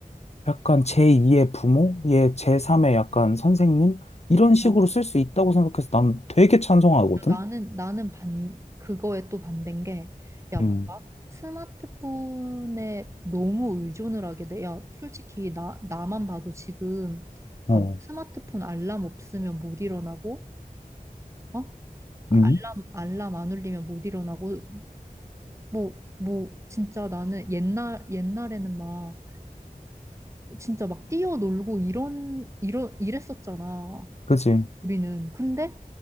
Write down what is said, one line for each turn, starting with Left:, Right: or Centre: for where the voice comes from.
Left: 약간 제2의 부모, 예, 제3의 약간 선생님 이런 식으로
Right: 야.
Left: 쓸 수 있다고 생각해서 난 되게 찬성하거든.
Right: 나는 나는 반 그거에 또 반대인 게 야
Left: 음,
Right: 봐봐 스마트폰에 너무 의존을 하게 돼. 야 솔직히 나 나만 봐도 지금
Left: 어,
Right: 봐봐 스마트폰 알람 없으면 못 일어나고 어 알람
Left: 음,
Right: 알람 안 울리면 못 일어나고 뭐 뭐 진짜 나는 옛날 옛날에는 막 진짜 막 뛰어놀고 이런 이런 이랬었잖아
Left: 그지,
Right: 우리는 근데